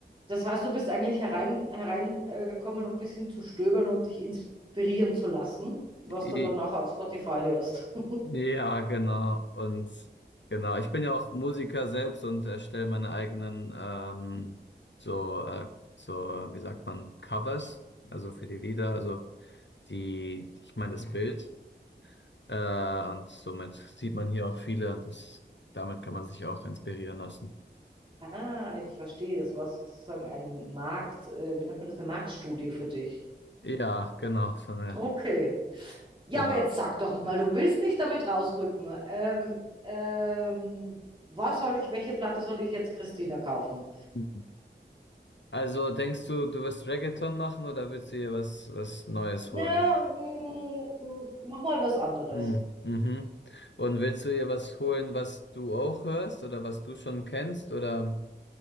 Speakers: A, on the right (about 25°); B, on the left (about 75°).
A: Das heißt, du bist eigentlich hereingekommen, herein, äh, gekommen, um ein bisschen zu stöbern und dich inspirieren zu lassen, was
B: I-
A: du dann nachher auf Spotify hörst. <laughs>
B: Ja, genau. Und genau, ich bin ja auch Musiker selbst und erstelle meine eigenen ähm, so, äh, so, wie sagt man, Covers, also für die Lieder, also die, ich meine das Bild. Äh, und somit sieht man hier auch viele und das, damit kann man sich auch inspirieren lassen.
A: Ah, ich verstehe. Das war sozusagen ein Markt, äh, wie nennt man das, eine Marktstudie für dich.
B: Ja, genau, so eine,
A: Okay. Ja,
B: genau.
A: aber jetzt sag doch mal, du willst nicht damit rausrücken. Ähm, ähm, was soll ich, welche Platte soll ich jetzt Christina kaufen?
B: Mhm. Also denkst du, du wirst Reggaeton machen oder willst du dir was, was Neues holen?
A: Na, mm, mm, mach mal was anderes.
B: Hm, Mhm. Und willst du ihr was holen, was du auch hörst oder was du schon kennst oder?